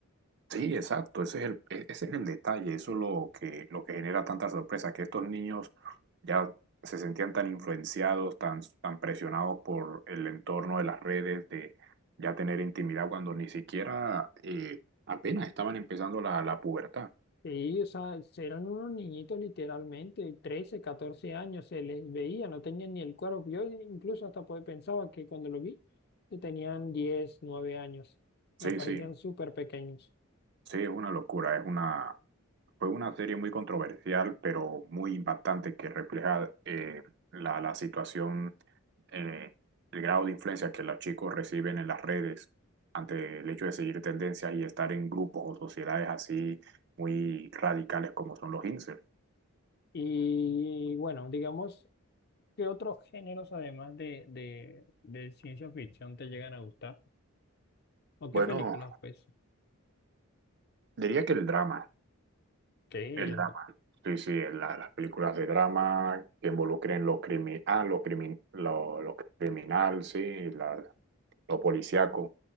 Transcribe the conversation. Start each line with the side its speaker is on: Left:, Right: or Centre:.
Right: Sí, exacto. Ese es el, e- ese es el detalle. Eso es lo que, lo que genera tanta sorpresa, que estos niños ya se sentían tan influenciados, tan, tan presionados por el entorno de las redes, de ya tener intimidad cuando ni siquiera eh, apenas estaban empezando la, la pubertad.
Left: Sí, o sea, eran unos niñitos literalmente, 13, 14 años, se les veía, no tenían ni el cuerpo. Yo incluso hasta po- pensaba que cuando lo vi, que tenían 10, 9 años.
Right: Sí,
Left: Me parecían
Right: sí.
Left: súper pequeños.
Right: Sí, es una locura, es una, fue una serie muy controversial, pero muy impactante que refleja eh, la, la situación, eh, el grado de influencia que los chicos reciben en las redes ante el hecho de seguir tendencias y estar en grupos o sociedades así muy radicales como son los incels.
Left: Y bueno, digamos, ¿qué otros géneros además de, de, de ciencia ficción te llegan a gustar? ¿O qué
Right: Bueno,
Left: películas, pues?
Right: diría que el drama,
Left: Ok,
Right: el
Left: el-
Right: drama. Sí, sí, la- las películas de drama que involucren lo, crimi ah, lo, crimin lo, lo criminal, sí, la, lo policíaco,